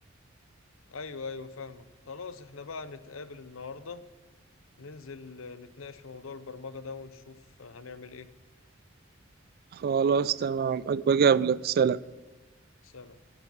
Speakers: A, on the left (about 80°); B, on the right (about 50°).
A: ايوه ايوه فاهمك خلاص احنا بقى نتقابل النهارده ننزل نتناقش في موضوع البرمجة ده ونشوف هنعمل ايه
B: خلاص تمام أبقى أقابلك سلام
A: سلام